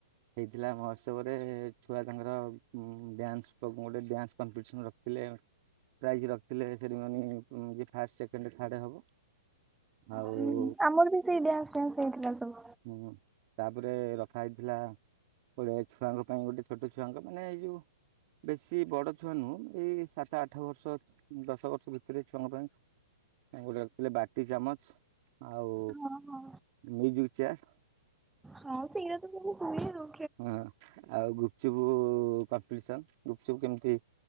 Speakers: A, on the right; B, in the centre.
A: ହେଇଥିଲା ମହୋତ୍ସବରେ ଛୁଆ ତାଙ୍କର ଡ୍ୟାନ୍ସ ପ୍ରୋ ଗୋଟେ ଡ୍ୟାନ୍ସ କମ୍ପିଟିସନ ରଖ ହେଲେ ପ୍ରାଇଜ୍‌ ରଖିଲେ ସେରିମନି ଯିଏ ଫାଷ୍ଟ, ସେକେଣ୍ଡ, ଥାର୍ଡ ହବ। ଆଉ
B: ହୁଁ ଆମର ବି ସେଇ ଡ୍ୟାନ୍ସ ଫ୍ୟାନ୍ସ ହେଇଥିଲା ସବୁ।
A: ଉହୁଁ, ତାପରେ ରଖା ହେଇଥିଲା। ଗୋଡ଼େ ଛୁଆଙ୍କ ପାଇଁ ଗୋଟେ ଛୋଟ ଛୁଆଙ୍କ ପାଇଁ ମାନେ ଏଇଯୋଉଁ ବେଶୀ ବଡ ଛୁଆ ନୁହଁ ଏଇ ସାତ ଆଠ ବର୍ଷ ଦଶ ବର୍ଷ ଭିତରେ ଛୁଆଙ୍କ ପାଇଁ ତାଙ୍କୁ ରଖିଥିଲେ ବାଟି ଚାମଚ ଆଉ
B: ହଁ ହଁ
A: ମ୍ୟୁଜିକ ଚେୟାର୍
B: ହଁ ସେଇଆ ତ ସବୁ ହୁଏ ଆଉ
A: ହଁ ଆଉ ଗୁପଚୁପ କମ୍ପିଟିସନ ଗୁପଚୁପ କେମିତି